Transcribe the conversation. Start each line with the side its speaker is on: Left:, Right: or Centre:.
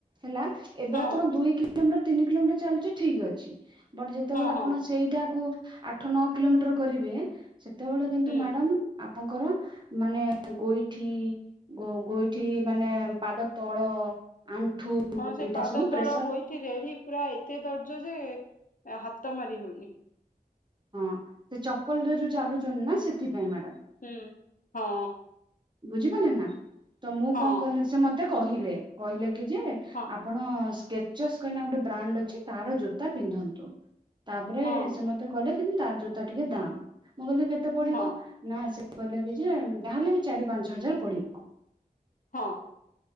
Right: ହେଲା। ଏବେ
Left: ହଁ
Right: ଆପଣ ଦୁଇ କିଲୋମିଟର, ତିନି କିଲୋମିଟର ଚାଲୁଛି ଠିକ ଅଛି ବଟ୍ ଯେତେବେଳେ
Left: ହଁ
Right: ଆପଣ
Left: ହଁ
Right: ସେଇଟାକୁ ଆଠ, ନଅ କିଲୋମିଟର କରିବେ ସେତେବେଳେ କିନ୍ତୁ
Left: ହୁଁ
Right: ମ୍ୟାଡ଼ାମ୍ ଆପଣଙ୍କର ମାନେ ଗୋଇଠି। ଗୋ ଗୋଇଠି ମାନେ ପାଦ ତଳ ଆଣ୍ଠୁ।
Left: ହଁ ସେ
Right: ଏଇଟା
Left: ପାଦ
Right: ସବୁ
Left: ତଳ
Right: ପ୍ରେସର
Left: ଗୋଇଠି ରେଢି ପୁରା ଏତେ ଦର୍ଜ ଯେ ହାତ ମାରି ହଉନି।
Right: ହଁ ସେ ଚପଲରେ ଯୋଉ ଚାଲୁଛନ୍ତି ନା ସେଥିପାଇଁ ମ୍ୟାଡାାମ୍।
Left: ହୁଁ ହଁ।
Right: ବୁଝିପାଇଲେ ନା ତ ମୁଁ
Left: ହଁ
Right: କଣ କଲି ସେ ମତେ କହିଲେ କହିଲେ କି ଯେ ଆ
Left: ହଁ
Right: ଆପଣ ସ୍କେଚସ୍ କନା ଗୋଟେ ବ୍ରାଣ୍ଡ ଅଛି ତାର ଜୋତା ପିନ୍ଧନ୍ତୁ ତାପରେ
Left: ହଁ
Right: ସେ ମତେ। ସେ କହିଲେ କି ତାର ଜୋତା ଟିକେ ଦାମ୍ ମୁଁ କହିଲି କେତେ ପଡିବ।
Left: ହଁ
Right: ନା ସେ କହିଲେ କି ଯେ ଯାହାହେଲେ ବି ଚାରି, ପାଞ୍ଚ ହଜାର ପଡିବ।
Left: ହଁ।